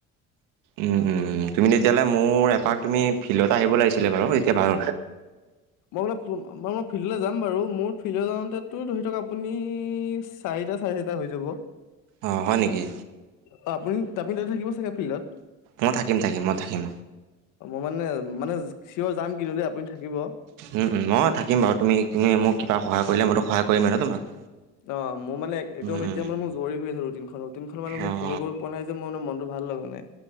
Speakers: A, on the right; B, on the left.
A: উম উম তুমি তেতিয়াহ'লে মোৰ এপাক তুমি ফিল্ডত আহিব লাগিছিলে বাৰু তেতিয়া ভাল
B: ম ম মই ফিল্ডলৈ যাম বাৰু, মোৰ ফিল্ডলৈ যাওঁতেতো ধৰি লওক আপুনি চাৰিটা চাৰে টা হৈ যাব।
A: অ' হয় নেকি?
B: অ' আপুনি - আপুনি তাতে থাকিব চাগে ফিল্ডত?
A: মই থাকিম থাকিম মই থাকিম
B: অ' মই মানে - মানে চিঅৰ যাম কিন্তু দেই আপুনি থাকিব।
A: উম উম, থাকিম বাৰু তুমি - তুমি মোক কিবা সহায় কৰিলে মইতো সহায় কৰিমে ন তোমাক।
B: অ' মোৰ মানে একদম
A: উম উম
B: এতিয়া মানে মোৰ জৰুৰী হৈ আছে ৰুটিনখনৰ। ৰুটিনখন মানে মই
A: অঁ
B: ফলো' কৰিব পৰা নাই যে মই মানে মন ভাল লগা নাই।